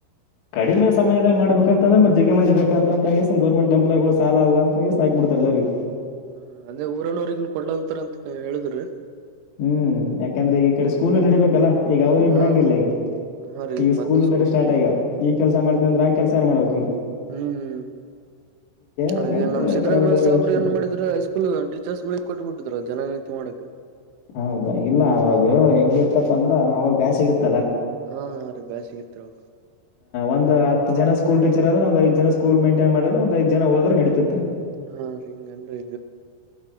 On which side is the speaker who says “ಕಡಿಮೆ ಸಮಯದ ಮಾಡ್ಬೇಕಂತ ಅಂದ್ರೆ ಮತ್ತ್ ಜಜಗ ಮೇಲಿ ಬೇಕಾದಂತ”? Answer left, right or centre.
Left